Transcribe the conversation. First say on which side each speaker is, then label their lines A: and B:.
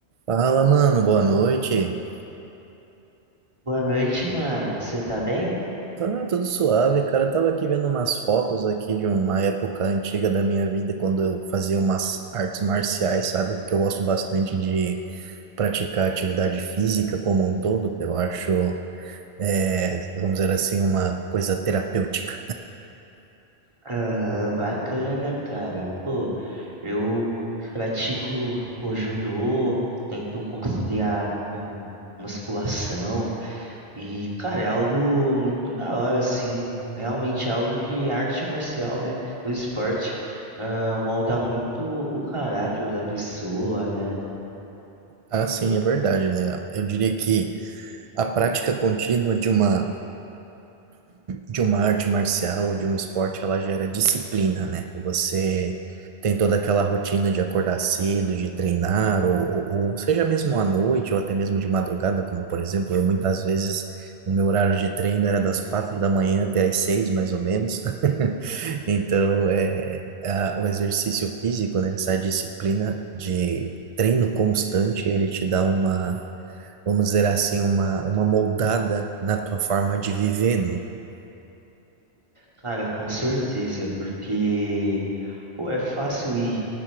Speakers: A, on the right (about 55°); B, on the right (about 25°).
A: Fala, mano, boa noite.
B: Boa noite, mano. Você tá bem?
A: Tá tudo suave, cara. Eu tava aqui vendo umas fotos aqui de uma época antiga da minha vida, quando eu fazia umas artes marciais, sabe? Porque eu gosto bastante de praticar atividade física como um todo. Eu acho, é, vamos dizer assim, uma coisa terapêutica.
B: Ah, bacana, cara. Pô, eu pratico, pô, judô, tento conciliar com musculação e, cara, é algo muito da hora, assim. Realmente é algo que a arte marcial, né, o esporte, ah, molda muito o caráter da pessoa, né?
A: Ah, sim, é verdade, né? Eu diria que a prática contínua de uma, de uma arte marcial ou de um esporte, ela gera disciplina, né? Você tem toda aquela rotina de acordar cedo, de treinar, ou, ou, ou seja mesmo à noite, ou até mesmo de madrugada, como por exemplo, eu muitas vezes, o meu horário de treino era das quatro da manhã até às seis, mais ou menos. <laughs> Então, é, a- o exercício físico, né? Essa disciplina de treino constante, ele te dá uma vamos dizer assim, uma, uma moldada na tua forma de viver, né?
B: Cara, com certeza, porque, pô, é fácil ir,